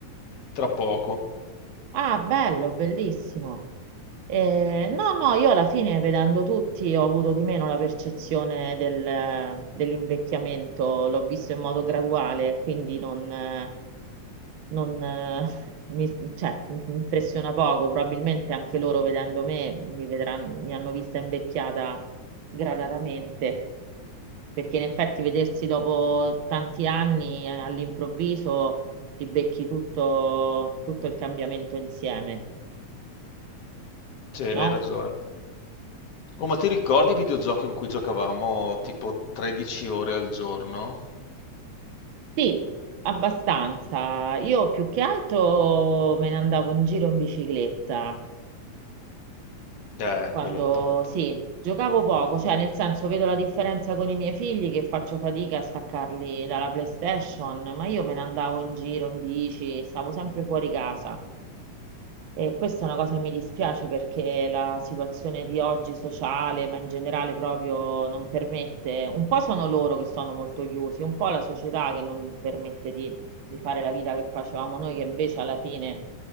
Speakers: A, on the left; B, on the right.
A: tra poco,
B: Ah, bello, bellissimo. Eh, no, no, io alla fine vedendo tutti ho avuto di meno la percezione del- dell'invecchiamento, l'ho visto in modo graduale, quindi non, eh, non, <laughs> eh, mi, cioè, mi impressiona poco, probabilmente anche loro vedendo me mi vedranno, mi hanno vista invecchiata gradatamente, perché in effetti vedersi dopo tanti anni eh, all'improvviso ti becchi tutto tutto il cambiamento insieme,
A: cioè,
B: no?
A: hai ragione. Oh, ma ti ricordi i videogiochi in cui giocavamo tipo 13 ore al giorno?
B: Sì, abbastanza. Io più che altro me ne andavo in giro in bicicletta.
A: Eh,
B: Quando
A: quello top.
B: sì, giocavo poco, cioè nel senso vedo la differenza con i miei figli che faccio fatica a staccarli dalla PlayStation, ma io me ne andavo in giro in bici, stavo sempre fuori casa. E questa è una cosa che mi dispiace perché la situazione di oggi sociale, ma in generale proprio non permette, un po' sono loro che sono molto chiusi, un po' la società che non permette di, di fare la vita che facevamo noi, che invece alla fine